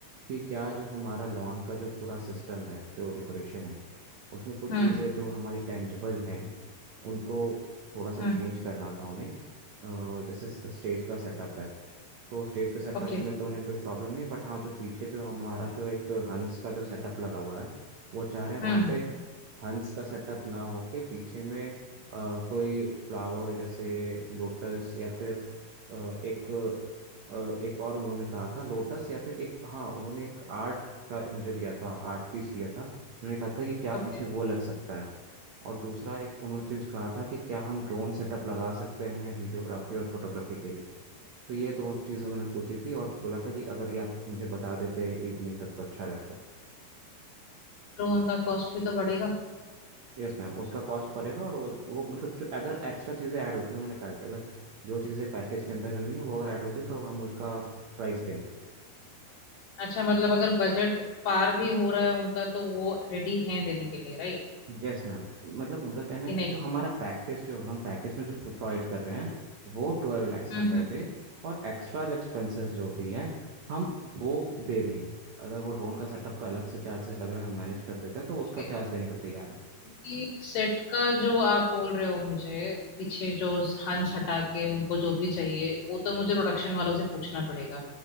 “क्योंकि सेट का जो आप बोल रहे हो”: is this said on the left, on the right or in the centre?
Left